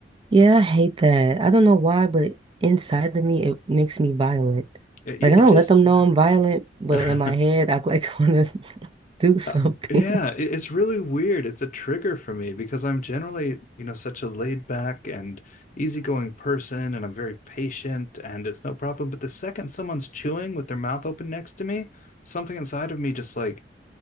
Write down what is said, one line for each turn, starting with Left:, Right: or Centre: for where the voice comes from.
Right: Yeah, I hate that. I don't know why, but inside of me, it makes me violent.
Left: It,
Right: Like,
Left: it
Right: I don't
Left: just
Right: let them know I'm violent, but
Left: <laughs>
Right: in my head, I like <laughs> want to do something.
Left: Uh, yeah, it, it's really weird. It's a trigger for me because I'm generally, you know, such a laid back and easygoing person, and I'm very patient, and it's no problem. But the second someone's chewing with their mouth open next to me, something inside of me just like